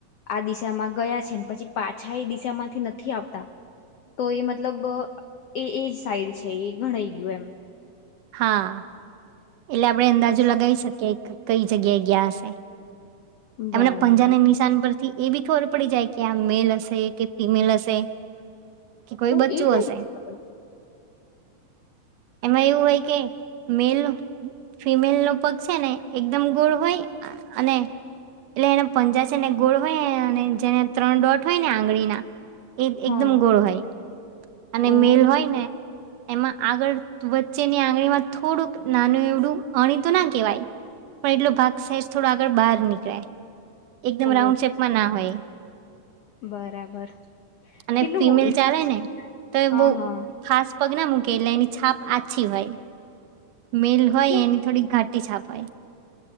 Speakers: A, on the left (about 80°); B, on the right (about 75°).
A: આ દિશામાં ગયા છે ને પછી પાછા એ દિશા માંથી નથી આવતા તો એ મતલબ એ એજ સાઈડ છે એ ગણાઈ ગયું એમ
B: હા એટલે આપડે અંદાજો
A: પછી
B: લગાવી શકીએ કઈ જગ્યાએ ગયા હશે
A: બરાબર
B: એમના પંજાના નિશાન પર થી એ બી ખબર પડી જાય કે આ મેલ હશે કે ફિમેલ હશે કે કોઈ
A: ઓ
B: બચ્ચું
A: એ કઈ
B: હશે
A: રીતે ખબર
B: એમાં એવું હોય કે મેલ ફિમેલ નો પગ છે ને એકદમ ગોળ હોય અને અને એટલે એને પંજા છે ને ગોળ હોય અને જેને ત્રણ દોટ હોય ને આંગળીના એ
A: પડે? હા
B: એકદમ ગોળ હોય અને
A: ઓ
B: મેલ હોય ને એમાં આગળ વચ્ચેની આંગળી માં થોડુંક નાનું એવડું અણી તોું ના કેહેવાય પણ એટલો ભાગ સાઇઝ થોડો આગળ બહાર નીકળે એકદમ
A: ઓ
B: રાઉન્ડ શેપમાં ના હોય
A: બરાબર
B: અને
A: કેટલું
B: ફિમેલ
A: ઇન્ટરેસ્ટિંગ
B: ચાલે ને તો એ
A: હા
B: બહ
A: હા
B: ફાસ્ટ પગના મૂકે એટલે એની છાપ આછી હોય મેલ હોય
A: કેમ
B: એની થોડી ઘાટ છાપાય